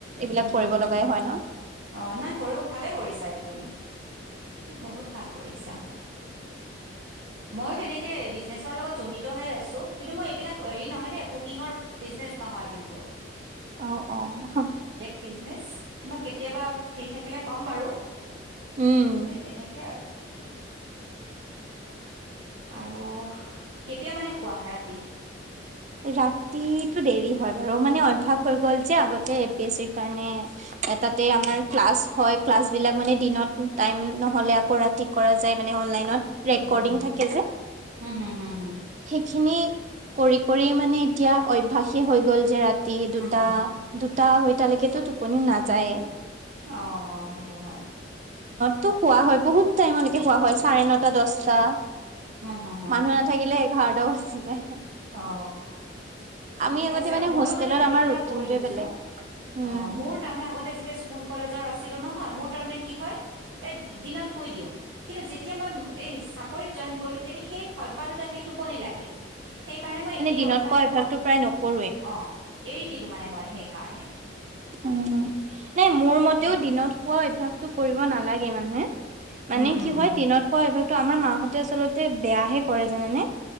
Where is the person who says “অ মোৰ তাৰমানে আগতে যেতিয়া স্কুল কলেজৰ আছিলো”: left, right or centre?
Right